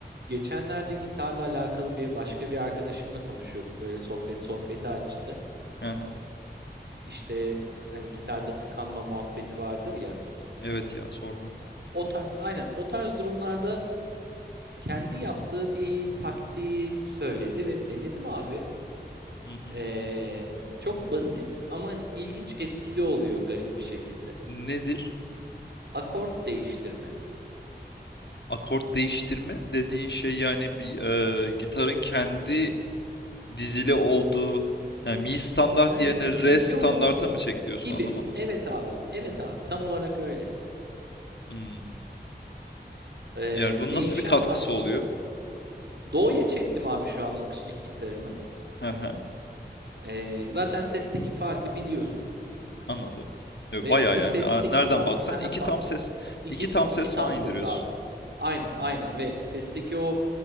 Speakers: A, on the right (about 70°); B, on the left (about 75°).
A: Geçenlerde gitarla alakalı bir başka bir arkadaşımla konuşuyorduk. Böyle sohbet sohbeti açtı.
B: Aha,
A: İşte hani gitarda tıkanma muhabbeti vardır ya.
B: evet ya sorma.
A: O tarz aynen o tarz durumlarda kendi yaptığı bir taktiği söyledi ve denedim abi.
B: Hı hı.
A: Ee, çok basit ama ilginç etkili oluyor garip bir şekilde.
B: Nedir?
A: Akort değiştirme.
B: Akort değiştirme dediğin şey yani bir e, gitarın kendi dizili olduğu yani mi standart
A: Yani
B: yerine
A: dizilim
B: re standarta
A: yo yo
B: mı çek diyorsun
A: gibi.
B: anlamadım.
A: Evet abi. Evet abi tam olarak öyle.
B: Hmm.
A: Ee,
B: Yani bunun
A: değişen
B: nasıl bir katkısı
A: aslında
B: oluyor?
A: Do'ya çektim abi şu an akustik gitarımı.
B: Hı hı,
A: Ee, zaten sesteki farkı biliyorsun.
B: anladım. E,
A: Ve
B: Baya
A: bu
B: yani
A: sesteki
B: a- nereden
A: fark
B: baksan
A: <laughs>
B: iki
A: bak,
B: tam ses
A: iki,
B: iki
A: ta-
B: tam
A: iki
B: ses
A: tam
B: falan
A: ses
B: indiriyorsun.
A: abi. Aynen
B: Hı hı.
A: aynen ve sesteki o